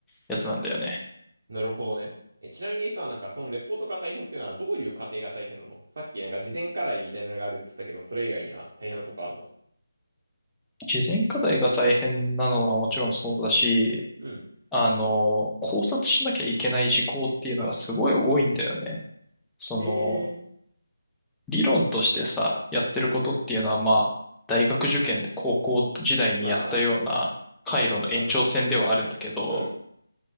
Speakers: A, in the centre; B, on the right.
A: やつなんだよね。
B: なるほどね。え、ちなみにさ、なんかそのレポートが大変っていうのはどういう過程が大変なのさっきなんか事前課題みたいなのがあるって言ったけど、それ以外には大変なとこあんの
A: 事前課題が大変なのはもちろんそうだし、
B: うん。
A: あの、考察しなきゃいけない事項っていうのがすごい多いんだよね。その、
B: へえ。
A: 理論としてさ、やってることっていうのは、まあ、大学受験で高校時代にやったような回路の延長線ではあるんだけど、
B: まあ、理論が、うん、